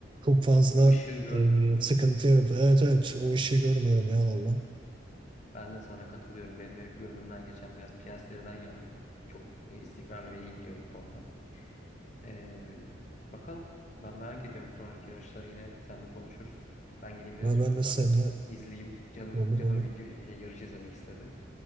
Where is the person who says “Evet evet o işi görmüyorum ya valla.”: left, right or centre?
Right